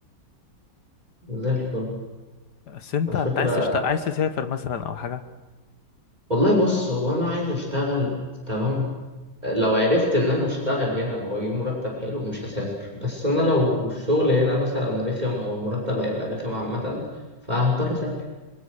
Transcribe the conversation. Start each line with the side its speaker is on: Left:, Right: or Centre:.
Right: زي الفل
Left: بس انت
Right: الفكرة
Left: انت عايز تشت... عايز تسافر مثلا او حاجة
Right: والله بص هو انا عايز اشتغل تمام لو عرفت ان انا اشتغل هنا واجيب مرتب حلو مش هسافر بس انا لو الشغل هنا مثلا رخم او المرتب هيبقى رخم عامة فهضطر اسافر